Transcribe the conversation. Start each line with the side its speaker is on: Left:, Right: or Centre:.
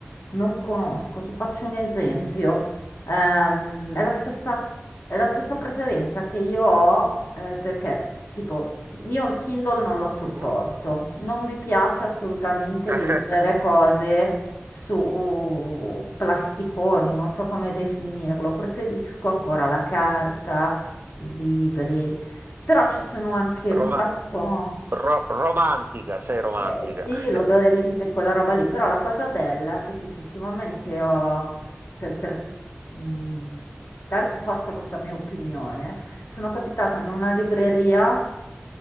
Left: non conosco. Ti faccio un esempio. Ehm, è la stessa, è la stessa preferenza che io ho eh, perché, tipo, io il Kindle non lo sopporto.
Right: Mhm.
Left: Non mi piace assolutamente
Right: <laughs>
Left: leggere cose su plasticoni, non so come definirlo. Preferisco ancora la carta, i libri. Però ci sono anche
Right: Roma-
Left: un sacco,
Right: ro- romantica, sei romantica.
Left: eh, sì,
Right: <laughs>
Left: l'odore dei libri, quella roba lì, però la cosa bella che tipo ultimamente ho, per, per, mh, dare più forza a questa mia opinione, sono capitata in una libreria